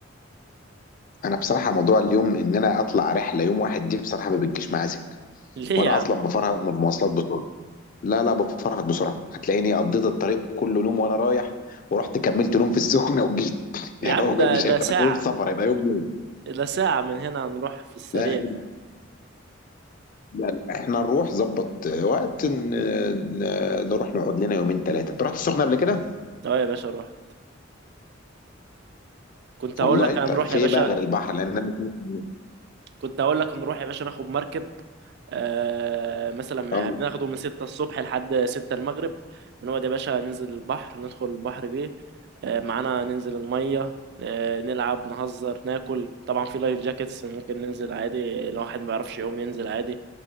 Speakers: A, on the left; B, on the right.
A: انا بصراحه موضوع اليوم ان انا اطلع رحله يوم واحد دي بصراحه ما بتجيش معايا
B: <laughs> ليه
A: وانا
B: يا عم
A: اصلا بفرهد من المواصلات بسرعه لا لا بفرهد بسرعه هتلاقيني قضيت الطريق كله نوم وانا رايح ورحت كملت نوم في السخنه وجيت <laughs>
B: يا
A: يعني
B: عم
A: هو
B: ده
A: مش
B: ده
A: هيبقى
B: ساعه
A: يوم سفر هيبقى يوم نوم
B: ده ساعه من هنا هنروح في السريع
A: لا يا جدع، لا لا احنا نروح ظبط وقت ن- ن- نروح نقعد لنا يومين ثلاثه انت رحت السخنه قبل كده
B: اه يا باشا روح كنت هقول
A: والله
B: لك
A: طب
B: هنروح
A: في
B: يا باشا
A: ايه بقى غير البحر لان انا سمعت-
B: كنت هقول لك نروح يا باشا ناخد مركب آه، مثلا
A: اه
B: بناخده من 6 الصبح لحد 6 المغرب بنقعد يا باشا ننزل البحر ندخل البحر بيه آه، معانا ننزل المية آه، نلعب نهزر ناكل طبعا في لايف جاكيتس ممكن ننزل عادي لو واحد ما يعرفش يقوم ينزل عادي